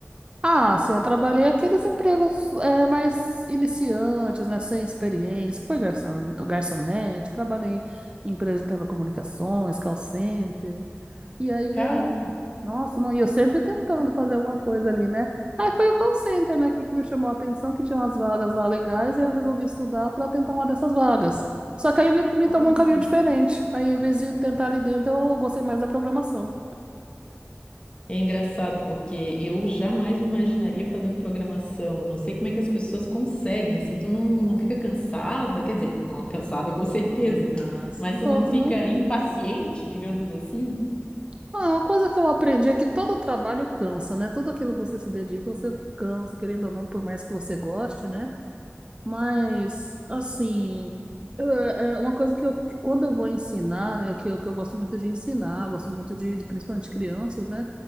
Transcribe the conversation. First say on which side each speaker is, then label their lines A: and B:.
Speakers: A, on the right; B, on the left.
A: Ah, sim, eu trabalhei aqueles empregos é, mais iniciantes, né? Sem experiência. Foi garçon, garçonete, trabalhei em empresa de telecomunicações, call center. E aí
B: Cara,
A: eu, nossa, não, e eu sempre tentando fazer alguma coisa ali, né? Aí foi o call center, né, que, que me chamou a atenção, que tinha umas vagas lá legais, e eu resolvi estudar para tentar uma dessas vagas. Só que aí me, me
B: Olha.
A: tomou um caminho diferente. Aí, em vez de tentar ali dentro, eu gostei mais da programação.
B: é engraçado porque eu jamais me imaginaria fazendo programação. Eu não sei como é que as pessoas conseguem, assim, tu não, não fica cansada, quer dizer, com- cansada com certeza,
A: Hum, Ah, sim,
B: mas
A: todos,
B: tu não fica
A: né?
B: impaciente, digamos assim.
A: Ah, uma coisa que eu aprendi é que todo trabalho cansa, né? Tudo aquilo que você se dedica, você cansa, querendo ou não, por mais que você goste, né? Mas, assim, eu- é é uma coisa que, eu, que quando eu vou ensinar, né, que eu, que eu gosto muito de ensinar, gosto muito de, de- principalmente crianças, né,